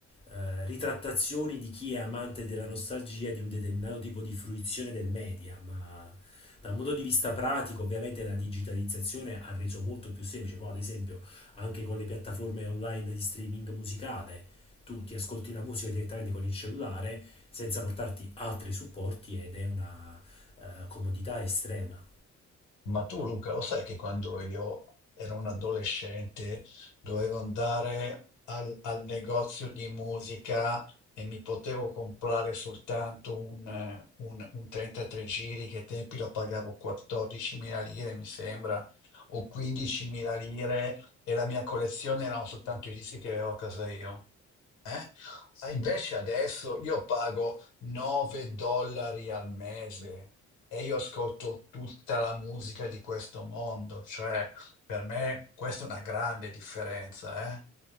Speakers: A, on the left (about 20°); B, on the left (about 85°).
A: eh, ritrattazioni di chi è amante della nostalgia di un determinato tipo di fruizione del media, ma da un punto di vista pratico, ovviamente la digitalizzazione ha reso molto più semplice, ma ad esempio anche con le piattaforme online di streaming musicale, tu ti ascolti la musica direttamente con il cellulare senza portarti altri supporti ed è una eh, comodità estrema.
B: Ma tu, Luca, lo sai che quando io ero un adolescente dovevo andare al, al negozio di musica e mi potevo comprare soltanto un, eh, un- un 33 giri, che ai tempi lo pagavo 14.000 lire, mi sembra, o 15.000 lire, e la mia collezione erano soltanto i dischi che avevo a casa io. Eh? Ah, Invece adesso io pago 9 dollari al mese. E io ascolto tutta la musica di questo mondo, cioè per me questa è una grande differenza, eh?